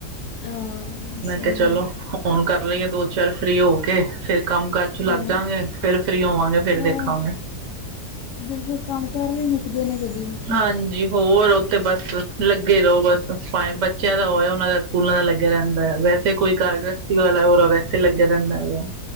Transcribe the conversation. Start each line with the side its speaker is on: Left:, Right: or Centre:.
Left: ਹਾਂ
Right: ਮੈਂ
Left: ਸਹੀ
Right: ਕਿਆ ਚਲੋ। ਫੋਨ ਕਰ ਲਈਏ ਦੋ ਚਾਰ ਫਰੀ ਹੋ ਕੇ ਫਿਰ ਕੰਮ ਕਾਰ 'ਚ ਲੱਗ
Left: ਹਾਂ
Right: ਜਾਗੇ ਫਿਰ ਫਰੀ ਹੋਵਾਂਗੇ ਫਿਰ
Left: ਉਹ
Right: ਦੇਖਾਂਗੇ। <inaudible>
Left: ਬਿਲਕੁਲ ਕੰਮ ਕਾਰ ਵੀ ਮੁੱਕਦੇ ਨੇ ਕਦੀ
Right: ਹਾਂਜੀ ਹੋਰ ਉੱਥੇ ਬਸ ਲੱਗੇ ਰਓ ਬਸ ਭਾਵੇ ਬੱਚਿਆਂ ਦਾ ਹੋਇਆ ਉਹਨਾਂ ਦਾ ਸਕੂਲਾਂ ਦਾ ਲੱਗਿਆ ਰੈਂਦਾ ਵੈਸੇ ਕੋਈ ਕਾਰਗ <unintelligible> ਵੈਸੇ ਲੱਗਿਆ ਰੈਂਦਾ ਹੈਗਾ।